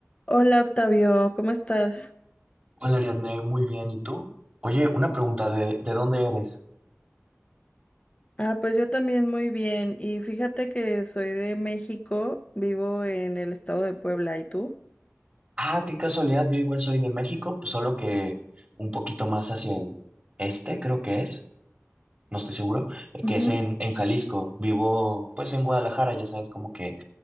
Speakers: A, on the left; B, on the right.
A: Hola Octavio, ¿cómo estás?
B: Hola Ariadne, muy bien. ¿Y tú? Oye, una pregunta de, ¿de dónde eres?
A: Ah, pues yo también muy bien. Y fíjate que soy de México, vivo en el estado de Puebla, ¿y tú?
B: Ah, qué casualidad, yo igual soy de México, solo que un poquito más hacia el este, creo que es, no estoy seguro, eh,
A: Ujú.
B: que es en, en Jalisco. Vivo pues en Guadalajara, ya sabes, como que